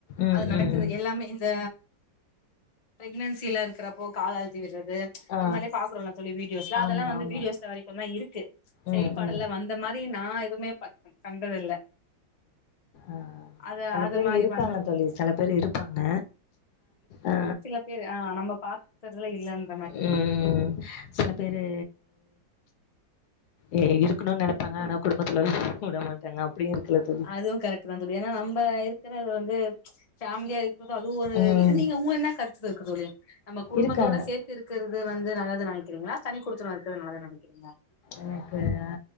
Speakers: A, on the left; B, on the left.
A: ம்
B: அது நடக்குது
A: ம் ம்.
B: எல்லாமே இந்த பிரெக்னன்சில இருக்கிறப்போ கால் அழுதி விடுறது
A: ஆ
B: அந்த மாரில பாக்றோல்ல தோழி வீடியோஸ்ல அதெல்லா
A: ஆமா
B: வந்து
A: ஆமா.
B: வீடியோஸ்ல வரைக்குந்தா இருக்கு செயல்பாடுல
A: ம் ம்.
B: வந்த மாரி நா எதுவுமே பன் கண்டது இல்ல
A: ஆ ஆ
B: அது
A: செல
B: அது
A: பேர்
B: மாரி
A: இருப்பாங்க
B: பண்ற
A: தோழி செல பேர் இருப்பாங்க அ
B: சேர் ஆ நம்ம பாத்துறதுலா இல்லனு
A: உம் சில பேரு ஏ இருக்கணுனு நெனப்பாங்க ஆனா குடும்பத்துல விட மாட்டாங்க அப்டியே இருக்குலது
B: அதுவு கரெக்ட் தா தோழி ஏன்னா நம்ப இருக்கிறது வந்து ஃபேமிலியா இருக்கிறதோ அது ஒரு
A: ம்
B: இது நீங்க உங்க என்ன கருத்து இருக்கு தோழி நம்ம குடும்பத்தோட
A: இருக்காங்க.
B: சேத் ருக்குறது வந்து நல்லது நெனைக்கிறீங்களா தனி குடுத்தன இருக்கிற நல்லது நெனக்கிறீங்களா
A: எனக்கு அ